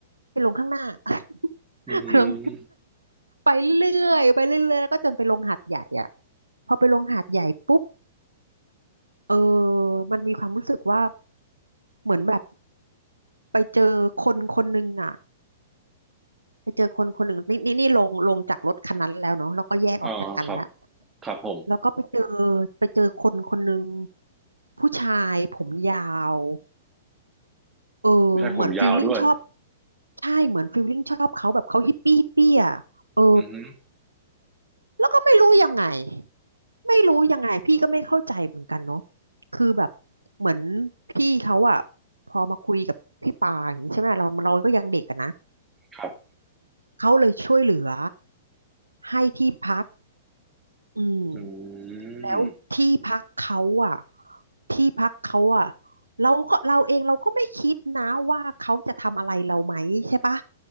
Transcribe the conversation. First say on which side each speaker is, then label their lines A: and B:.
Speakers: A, on the right; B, on the right.
A: ไปลงข้างหน้า
B: อื
A: <laughs> ไปลง
B: ม
A: ไปเรื่อยๆไปเรื่อยๆแล้วก็จนไปลงหาดใหญ่อ่ะพอไปลงหาดใหญ่ปุ๊บเออมันมีความรู้สึกว่าเหมือนแบบไปเจอคนคนหนึ่งอ่ะไปเจอคนคนหนึ่งนี่นี่นี่ลงลงจากรถคันนั้นแล้วเนาะแล้วก็แยกออกจากกันแล้ว
B: อ๋อครับครับผม
A: แล้วก็ไปเจอไปเจอคนคนหนึ่งผู้ชายผมยาวเออเหมือนฟิลลิ่งชอบ
B: ผู้ชายผมยาวด้วย
A: ใช่เหมือนฟิลลิ่งชอบเขาแบบเขาฮิปปี้ฮิปปี้อ่ะเออ
B: อืม
A: แล้วก็ไม่รู้ยังไงไม่รู้ยังไงพี่ก็ไม่เข้าใจเหมือนกันเนาะคือแบบเหมือนพี่เขาอะพอมาคุยกับพี่ปาอย่างนี้ใช่ไหมเราเราก็ยังเด็กอะนะ
B: ครับ
A: เขาเลยช่วยเหลือให้ที่พักอืม
B: อื
A: แล้วที่พักเขาอะ
B: ม
A: ที่พักเขาอะเราก็เราเองเราก็ไม่คิดนะว่าเขาจะทำอะไรเราไหมใช่ปะ